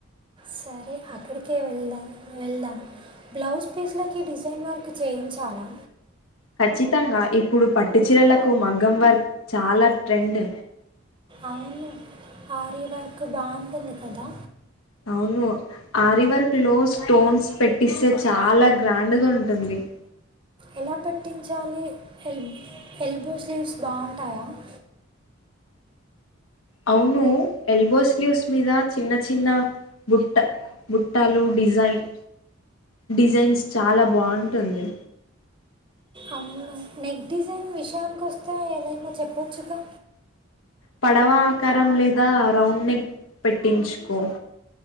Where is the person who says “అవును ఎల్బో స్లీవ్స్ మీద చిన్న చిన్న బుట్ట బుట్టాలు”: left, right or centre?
Left